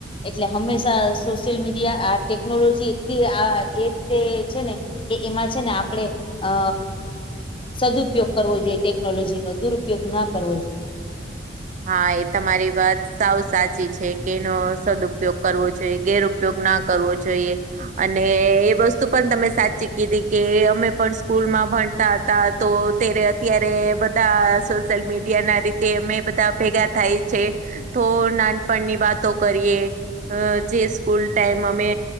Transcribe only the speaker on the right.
હા, એ તમારી વાત સાવ સાચી છે કે એનો સદઉપયોગ કરવો જોઈએ ગેર ઉપયોગ ના કરવો જોઈએ. અને એ વસ્તુ પણ તમે સાચી કીધી કે અમે પણ સ્કૂલ માં ભણ હતા તોયારે અત્યારે બધા સોશિયલ મીડિયા ના રીતે અમે બ તા ભેગા થાય છે તો નાનપણની વાતો કરીએ. અ જે સ્કૂલ ટાઈમ અમે